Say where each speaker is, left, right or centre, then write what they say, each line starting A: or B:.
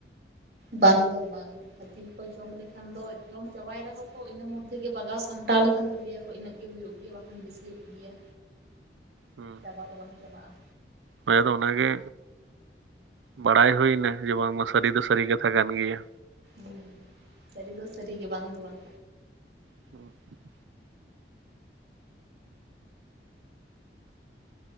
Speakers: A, on the right; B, on the right.
A: ᱵᱟᱝ ᱫᱚ ᱵᱟᱝ ᱦᱟᱹᱛᱤ ᱠᱚ ᱡᱚᱢ ᱞᱮᱠᱷᱟᱱ ᱫᱚ ᱡᱚᱢ ᱪᱟᱵᱟᱭ ᱨᱮᱦᱚᱸ ᱠᱚ ᱤᱱᱟᱹ ᱢᱚᱫᱽᱫᱷᱮ ᱜᱮ ᱵᱟᱜᱟᱣ ᱥᱟᱢᱴᱟᱣ ᱞᱮᱠᱷᱟᱱ ᱫᱚ ᱞᱟᱹᱭᱟ ᱤᱱᱟᱹᱜ ᱜᱮ ᱦᱩᱭᱩᱜ ᱜᱮᱭᱟ ᱵᱟᱠᱷᱟᱱ ᱵᱮᱥᱤ ᱦᱩᱭᱩᱜ ᱜᱮᱭᱟ
B: ᱚ
A: ᱚᱱᱟ ᱫᱚ ᱵᱟᱝ ᱪᱟᱵᱟᱜᱼᱟ
B: ᱦᱚᱭ ᱟᱫᱚ ᱚᱱᱟᱜᱮ ᱵᱟᱲᱟᱭ ᱦᱩᱭᱱᱟ ᱡᱮ ᱵᱟᱝᱢᱟ ᱥᱟᱹᱨᱤ ᱫᱚ ᱥᱟᱹᱨᱤ ᱠᱟᱛᱷᱟ ᱠᱟᱱ ᱜᱮᱭᱟ।
A: ᱦᱩᱸ ᱥᱟᱹᱨᱤ ᱫᱚ ᱥᱟᱹᱨᱤ ᱜᱮ ᱵᱟᱝ ᱫᱚ ᱵᱟᱝ।
B: <unintelligible>